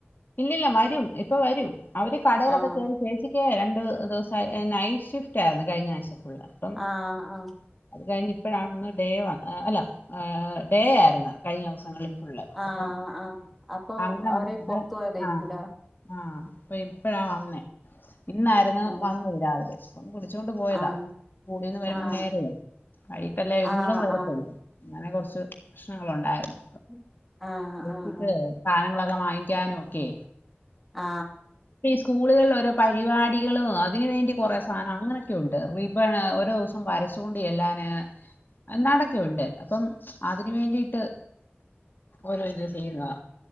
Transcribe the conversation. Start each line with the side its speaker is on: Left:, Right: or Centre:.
Left: ഇല്ല വരും ഇപ്പ വരും അവര് കടയിലൊക്കെ
Centre: ആഹ്
Left: കേറി ചേച്ചി രണ്ട് ദിവസം നൈറ്റ്‌ ഷിഫ്റ്റ്‌ ആരുന്നു കഴിഞ്ഞ ആഴ്ച ഫുള്ള് അപ്പം
Centre: ആ ആ
Left: അത് കഴിഞ്ഞ് ഇപ്പോഴാണൊന്നു ഡേ വ അല്ല ഡേ ആരുന്നു കഴിഞ്ഞ ദിവസം
Centre: ആഹ്
Left: അപ്പം
Centre: ആഹ് അപ്പൊ
Left: അന്ന്
Centre: അവര്
Left: നമുക്ക്
Centre: പൊറത്തു പോയതായിരിക്കൂലേ
Left: ആ ആ അപ്പ ഇപ്പഴാ വന്നേ ഇന്നാരുന്നു
Centre: ആഹ്
Left: വന്നത് രാവിലെ അപ്പം വിളിച്ചോണ്ട് പോയതാ
Centre: ആഹ്
Left: സ്കൂളീന്ന് വരുമ്പം
Centre: ആഹ്
Left: നേരെയെ വൈകിട്ടല്ലേ ഇതുങ്ങളും
Centre: ആഹ്
Left: വരത്തൊള്ളൂ
Centre: ആഹ്
Left: അങ്ങനെ കൊറച്ച് പ്രേശ്നങ്ങൾ ഉണ്ടായിരുന്നു
Centre: <inaudible>
Left: <unintelligible>
Centre: ആഹ് ആഹ്
Left: സാധനങ്ങളൊക്കെ വാങ്ങിക്കാനും കേ
Centre: ആ
Left: സ്കൂളുകളില് ഓരോ പരിപാടികളും അതിന് വേണ്ടി കുറേ സാധനം അങ്ങനെയൊക്കെ ഉണ്ട് റിബ്ബണ് ഓരോ ദിവസോം വരച്ചോണ്ട് ചെല്ലാന് എന്താണ്ട് ഒക്കെയുണ്ട് അപ്പം അതിന് വേണ്ടീട്ട് ഓരോ ഇത് ചെയ്യുന്നതാ